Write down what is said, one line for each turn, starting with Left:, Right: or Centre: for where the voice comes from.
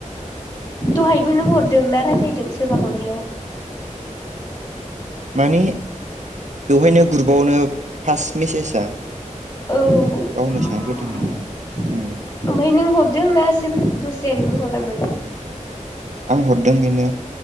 Left: दहायबो नों हरदों ना राय्लायदों सोरबा हरनायाव
Right: माने बेवहायनो ग्रुपावनो फार्स्ट मेसेजआ
Left: औ ओमफ्राय
Right: गावनो सोंहरग्रोदोंमोन ना उम
Left: नों हरदों ना सोर दस्राया नोंनो हरामोन
Right: आं हरदों बेनो